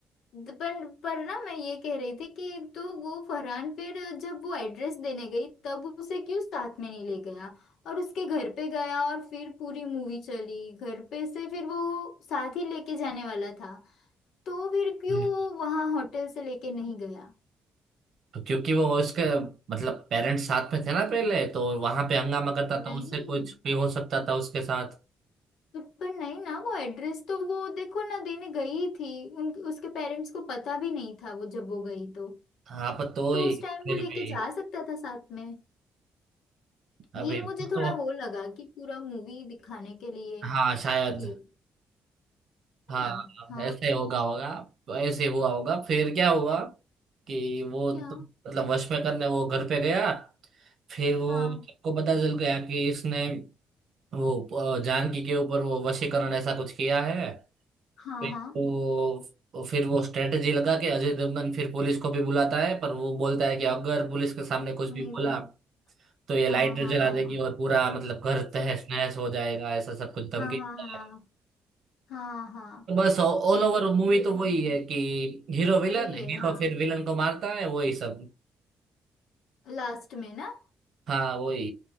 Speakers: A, on the left; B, on the right.
A: द- पर पर ना मैं ये कह रही थी कि तो वो फरहान फिर जब वो एड्रेस देने गई तब उसे क्यों साथ में नहीं ले गया और उसके घर पे गया और फिर पूरी मूवी चली घर पे से फिर वो साथ ही लेके जाने वाला था तो फिर क्यों
B: हम्म।
A: वो वहां होटल से लेके नहीं गया
B: तो क्योंकि वो उसके मतलब पेरेंट्स साथ में थे ना पहले तो वहां पे हंगामा करता था
A: नहीं
B: उससे कुछ भी हो सकता था उसके साथ
A: तो पर नहीं ना वो एड्रेस तो वो देखो ना देने गई थी उन उसके पेरेंट्स को पता भी नहीं था वो जब वो गई तो
B: हाँ पर तो
A: तो
B: ही
A: उस टाइम
B: फिर
A: वो लेके
B: भी
A: जा सकता था साथ में ये
B: अबे वो
A: मुझे थोड़ा
B: तो
A: वो लगा कि पूरा मूवी दिखाने के लिए
B: हाँ शायद
A: किया है
B: हाँ
A: ना हाँ
B: ऐसे होगा होगा तो ऐसे हुआ होगा फिर क्या हुआ कि वो
A: क्या
B: तो, मतलब वश में करने वो घर पे गया फिर वो
A: हाँ
B: सबको पता चल गया कि इसने वो अ, जानकी के ऊपर वो वशीकरण ऐसा कुछ किया है
A: हाँ
B: फिर
A: हाँ
B: वो फिर वो स्ट्रेटजी लगा के अजय देवगन फिर पुलिस को भी बुलाता है पर वो बोलता है कि अगर पुलिस के सामने
A: हो
B: कुछ भी
A: नहीं
B: बोला
A: पा
B: तो ये
A: हाँ
B: लाइटर
A: हाँ
B: जला
A: हाँ
B: देगी और पूरा मतलब घर
A: सर-
B: तहस नहस हो जाएगा ऐसा सब कुछ धमकी
A: हाँ
B: देता
A: हाँ हाँ
B: है
A: हाँ हाँ
B: तो बस ऑल
A: अब
B: ओवर मूवी
A: देखा
B: तो वही
A: था
B: है कि हीरो विलन
A: वही
B: हीरो
A: है हाँ
B: फिर विलन को मारता है वही सब
A: लास्ट में ना
B: हाँ वही